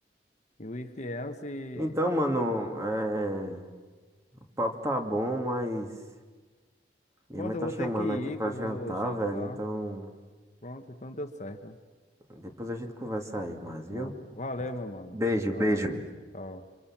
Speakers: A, on the left; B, on the right.
A: E o IFS. e- else.
B: Então, mano, é, o papo tá bom, mas minha
A: Pronto,
B: mãe tá
A: eu vou
B: chamando
A: ter que ir,
B: aqui pra
A: que eu
B: jantar,
A: vou jantar.
B: velho. Então,
A: Pronto, então deu certo.
B: depois a gente conversa aí mais,
A: Pronto.
B: viu?
A: Valeu, meu mano.
B: Beijo,
A: É nóis.
B: beijo.
A: Tchau.